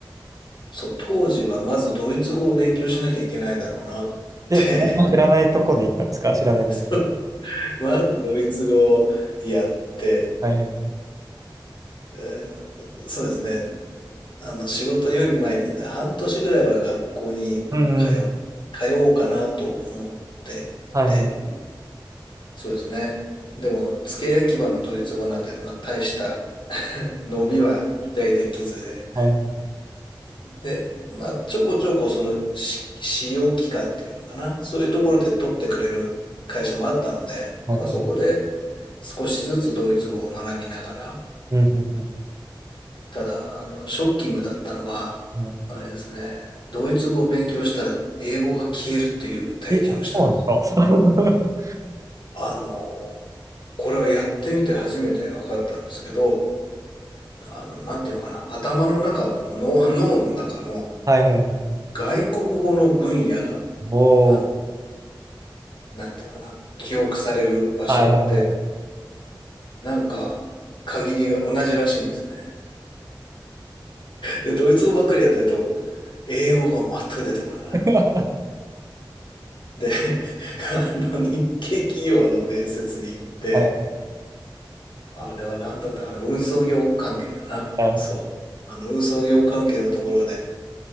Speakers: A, on the left (about 70°); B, on the right (about 40°).
A: そう、当時はまずドイツ語を勉強しなきゃいけないだろうなって、
B: で、知らないとこで行ったんですか知らない状況。
A: <laughs> まずドイツ語をやって、
B: はいはいはい。
A: えーそうですね。あの、仕事より前にね、半年ぐらいは学校に通、
B: うんうん。
A: 通おうかなと思っていて、
B: はいはい。
A: そうですね。でも、付け焼き場のドイツ語なんで、まあ、大した <laughs> 伸びは期待できずで、
B: はいはい。
A: で、まあ、ちょこちょこそのし使用期間っていうのかな、そういうところで取ってくれる会社もあったので、
B: はいはい。
A: まあ、そこで少しずつドイツ語を学びながら、
B: うん、うん、
A: ただ、あの、ショッキングだったのは、
B: うん。ね。
A: あれですね、ドイツ語を勉強したら英語が消えるっていう体験をしたんです。
B: え、あそうなんですか <laughs>
A: あの、これはやってみて初めて分かったんですけど、あの、なんていうのかな、頭の中の、脳、脳の中の
B: はいはいはい。
A: 外国語の分野が、
B: おー。
A: あの、なんていうのかな、記憶される場所って、
B: はいはいはい。
A: なんか、限りが同じらしいんですよね。で、ドイツ語ばっかりやってると、英語が全く出てこなくなる。
B: <laughs>
A: で、<laughs> あの、日系企業の面接に行って、
B: はい
A: あれは何だったかな、運送業関係だな。
B: はい
A: そう。あの、運送業関係のところで、